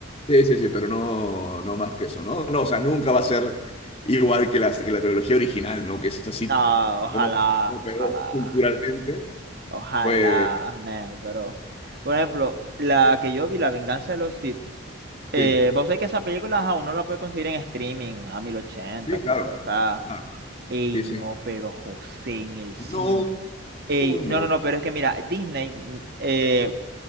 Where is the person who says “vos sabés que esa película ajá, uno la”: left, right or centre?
Right